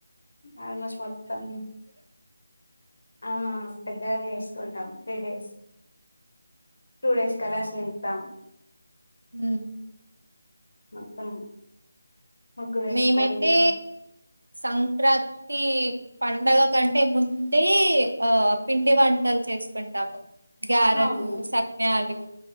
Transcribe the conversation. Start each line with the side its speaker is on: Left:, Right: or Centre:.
Left: ఆల్మోస్ట్ మొత్తం ఆ పెద్ డర్న్ ఏసుకుంటాం త్రీ డేస్ టూ డేస్ కలాస్ నింపుతాం
Right: హ్మ
Left: మొత్తం ముగ్గులు వేసుకొని
Right: మేమైతే సంక్రాత్ ప్రతీ పండగ కంటె ముందే ఆ పిండి వంటలు చేసిపెడతాము గ్యారెలూ
Left: అవును
Right: సక్నాలు